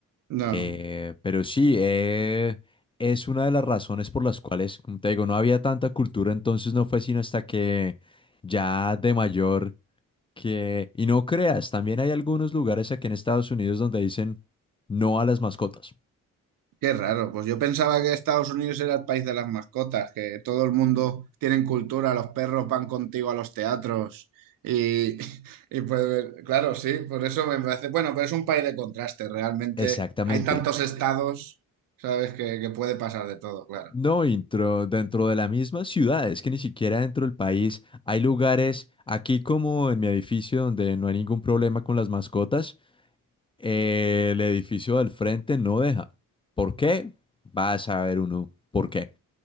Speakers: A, on the right; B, on the left.
A: No.
B: Eh, pero sí, eh, es una de las razones por las cuales, como te digo, no había tanta cultura, entonces no fue sino hasta que ya de mayor que... Y no creas, también hay algunos lugares aquí en Estados Unidos donde dicen no a las mascotas.
A: Qué raro, pues yo pensaba que Estados Unidos era el país de las mascotas, que todo el mundo tiene cultura, los perros van contigo a los teatros y, <laughs> y pues claro, sí, por eso me parece, bueno, pero es un país de contraste, realmente
B: Exactamente.
A: hay tantos estados, sabes, que, que puede pasar de todo, claro.
B: No, intro, dentro de la misma ciudad, es que ni siquiera dentro del país hay lugares, aquí como en mi edificio donde no hay ningún problema con las mascotas, eh, el edificio del frente no deja. ¿Por qué? Vas a ver uno. ¿Por qué?